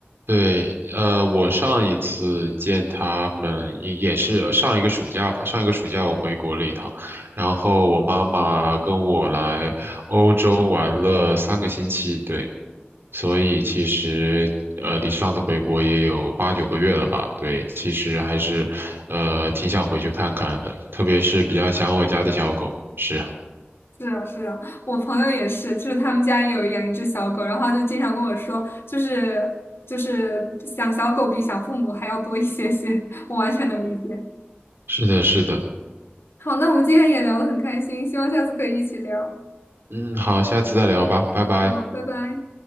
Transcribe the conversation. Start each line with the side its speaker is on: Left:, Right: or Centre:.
Right: 对，呃，我上一次见他们也也是上一个暑假吧，上一个暑假我回国了一趟，然后我妈妈跟我来欧洲玩了三个星期，对。所以其实呃，离上次回国也有八九个月了吧？对，其实还是呃挺想回去看看的，特别是比较想我家的小狗。是，
Left: 是啊，是啊，我朋友也是，就是他们家也有养一只小狗，然后他就经常跟我说，就是就是想小狗比想父母还要多一些些，我完全能理解。
Right: 是的，是的。
Left: 好，那我们今天也聊得很开心，希望下次可以一起聊。
Right: 嗯，好，下次再聊吧，拜拜。
Left: 好，拜拜。